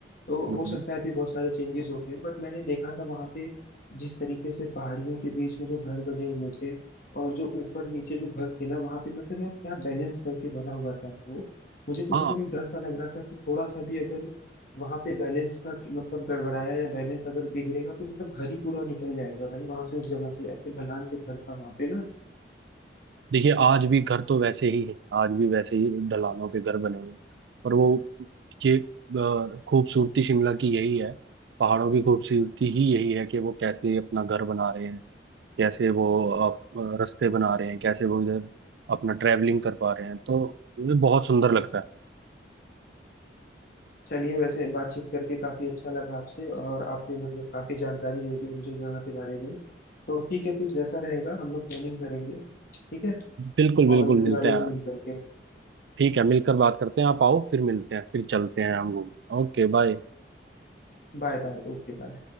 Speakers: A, on the left (about 55°); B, on the right (about 75°).
A: तो
B: हम्म,
A: हो सकता है अभी बहुत सारे चेंजेस हो गए हैं बट मैंने देखा था वहाँ पे जिस तरीके से पहाड़ियों के बीच में जो घर बने हुए थे और जो ऊपर नीचे जो घर थे ना वहाँ पे मतलब यार क्या बैलेंस करके बना हुआ था वो मुझे तो
B: हाँ
A: मतलब एक डर सा लग रहा था कि थोड़ा सा भी अगर वहाँ पे बैलेंस का मतलब गड़बड़ाया या बैलेंस अगर बिगड़ेगा तो मतलब घर ही पूरा निकल जाएगा भाई वहां से उस जगह से ऐसे ढलान के घर था वहाँ पे ना
B: देखिए आज भी घर तो वैसे ही है आज भी वैसे ही ढलानों के घर बने हुए हैं पर वो ये अ, खूबसूरती शिमला की यही है पहाड़ों की खूबसूरती ही यही है कि वो कैसे अपना घर बना रहे हैं कैसे वो अप- अ, रास्ते बना रहे हैं कैसे वो इधर अपना ट्रैवलिंग कर पा रहे हैं तो ये बहुत सुंदर लगता है
A: चलिए वैसे बातचीत करके काफी अच्छा लगा आपसे और आपने मतलब काफी जानकारी दे दी मुझे जगह के बारे में तो ठीक है फिर जैसा रहेगा हम लोग प्लानिंग करेंगे ठीक है
B: बिल्कुल बिल्कुल
A: और इसके
B: मिलते
A: बारे
B: हैं
A: में मिल करके
B: ठीक है मिलकर बात करते हैं आप आओ फिर मिलते हैं फिर चलते हैं हम घूमने Okay bye
A: Bye bye Okay bye